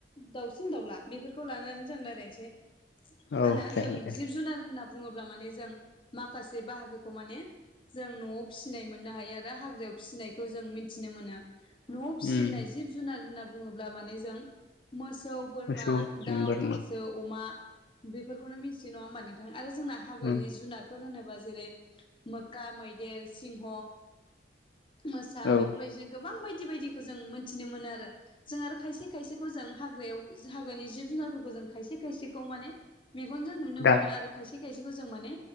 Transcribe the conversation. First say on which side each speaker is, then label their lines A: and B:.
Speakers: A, on the left (about 30°); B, on the left (about 70°).
A: दाउसिन दाउला बेफोरखौ लानानै जों रायलायसै। मा
B: औ
A: होनो
B: जागोन
A: जों
B: दे
A: जिब जुनार होनना बुङोब्ला माने जों माखासे बाहागोखौ माने जों न'आव फिसिनाय मोननो हायो आरो हाग्रायाव फिसिनायखौ जों मिनथिनो मोनो। न'आव फिसिनाय
B: उम
A: जिब जुनार होनना बुङोब्ला माने जों मोसौ बोरमा
B: मोसौ
A: दाउ
B: बोरमा
A: हांसो अमा। बेफोरखौनो मिथियो नङा होमबा नोंथां आरो जोंना हाग्रानि
B: उम
A: जुनारफोर होनोबा जेरै- गा मैदेर सिंह मोसा
B: औ उम
A: बेफोरबायदिनो गोबां बायदि बायदिखौ जों मोनथिनो मोनो आरो जों आरो खायसे खायसे खौ जों हाग्रायाव हाग्रानि जिब जुनारफोरखौ जों खायसे खायसेखौ माने मेगनजों नुनो
B: दा
A: मोनो आरो खायसे खायसेखौ जों माने